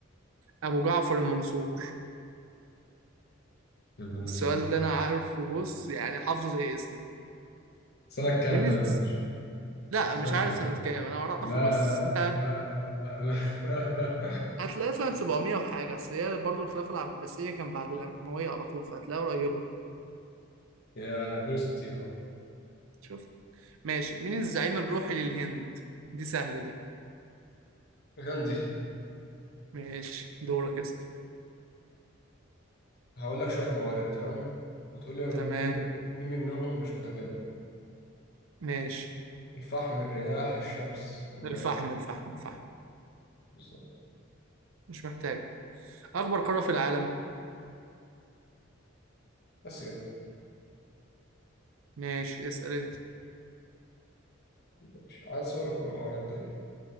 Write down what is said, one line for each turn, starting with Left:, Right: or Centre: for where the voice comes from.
Right: أبو جعفر المنصور
Left: يا ابن الذين
Right: السؤال ده أنا عارفه بص يعني حافظه زي اسمي
Left: سنة كام
Right: مين
Left: طيب يا باشا؟ سنة
Right: لا مش عارف
Left: كام؟
Right: سنة كام انا اعرفه
Left: لا
Right: بس
Left: لا
Right: انت
Left: لا لا لا لا لا لا
Right: هتلاقي سنة 700 وحاجة اصل هي برضه الخلافة العباسية كان بعد الأموية على طول فهتلاقيها قريبة
Left: يا 62 اه
Right: شفت ماشي مين الزعيم الروحي للهند دي سهلة دي
Left: غاندي
Right: ماشي دورك اسأل
Left: هقول لك شوية موارد تمام وتقول لي
Right: تمام
Left: مين مين منهم مش متجدد
Right: ماشي
Left: الفحم الرياح الشمس الماء
Right: الفحم الفحم الفحم
Left: بالظبط
Right: مش محتاج أكبر قارة في العالم
Left: بس يا
Right: ماشي اسأل أنت
Left: ماشي. عدد سور القرآن قد ايه؟